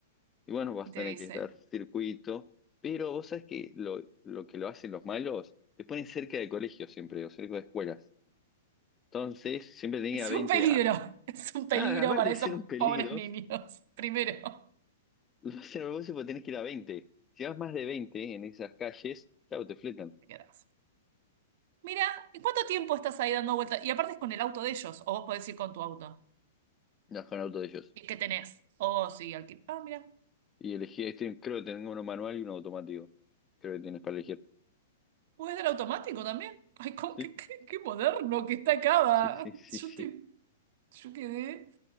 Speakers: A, on the left; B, on the right.
A: y bueno, vas
B: Y
A: a
B: te
A: tener
B: dice,
A: que dar circuito, pero vos sabés que lo, lo que lo hacen los malos, te ponen cerca de colegios siempre, o cerca de escuelas. Entonces, siempre tenía
B: es
A: 20
B: un peligro,
A: a-
B: <laughs> es un peligro
A: ah, aparte
B: para
A: de
B: esos
A: ser un peligro,
B: pobres niños. <laughs> Primero,
A: <laughs> lo hacen a propósito porque tenés que ir a veinte, Si vas más de 20 en esas calles, claro, te fletan,
B: te quedás. Mira, ¿y cuánto tiempo estás ahí dando vueltas? Y aparte es con el auto de ellos, o vos podés ir con tu auto.
A: no con el auto de ellos.
B: ¿Y qué tenés? Oh, sí, alquiler. Ah, mira,
A: Y elegí, este, creo que tengo uno manual y uno automático, creo que tienes para elegir.
B: puedes dar automático también. Ay, cómo,
A: Sí,
B: qué, qué, qué moderno que está acá. va.
A: sí, sí, sí,
B: Yo
A: sí.
B: estoy- yo quedé